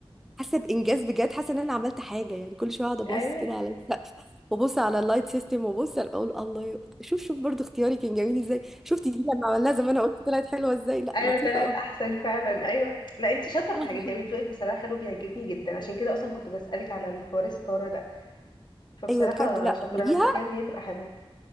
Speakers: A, in the centre; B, on the left.
A: حاسه بانجاز بجد حاسه ان انا عملت حاجه يعني كل شويه اقعد ابص
B: ايوه
A: كده على السقف وابص على اللايت سيستم وابص على- اقول الله شوف شوف برضو اختياري كان جميل ازاي شفتي دي لما عملناها زمان قلت طلعت حلوه ازاي لا
B: ايوه
A: لطيفه
B: طلعت
A: قوي
B: احسن فعلا ايوه لا انتي شاطره في
A: انا
B: الحاجات
A: بحب
B: دي قوي ذوقك بصراحه حلو بيعجبني جدا عشان كده اصلا كنت بسالك على الحوار الستاره ده فبصراحه
A: ايوه بجد لا
B: شاطره
A: اعمليها
B: انا متخيله ان هي تبقى حلوه